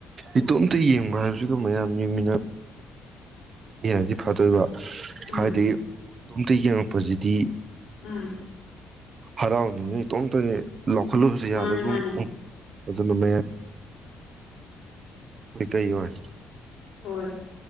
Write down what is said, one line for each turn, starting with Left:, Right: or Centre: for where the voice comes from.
Right: ꯏꯇꯣꯝꯇ ꯌꯦꯡꯕ ꯍꯥꯏꯕꯁꯤꯒ ꯃꯌꯥꯝ ꯌꯦꯡꯃꯤꯟꯅ ꯌꯦꯅꯗꯤ ꯐꯗꯣꯏꯕ
Left: ꯎꯝ
Right: ꯍꯥꯏꯗꯤ ꯇꯣꯝꯇ ꯌꯦꯡꯉꯛꯄꯁꯤꯗꯤ
Left: ꯑꯥ
Right: ꯍꯔꯥꯎꯅꯤꯡꯉꯤ ꯏꯇꯣꯝꯇꯅꯤ ꯂꯧꯈꯠꯂꯨꯕꯁꯨ
Left: ꯃꯥꯅꯦ
Right: ꯌꯥꯗ
Left: ꯃꯥꯅꯦ
Right: ꯎꯝ ꯑꯗꯨꯅ ꯃꯌꯦ ꯀꯩ ꯑꯣꯏ
Left: ꯍꯣꯏ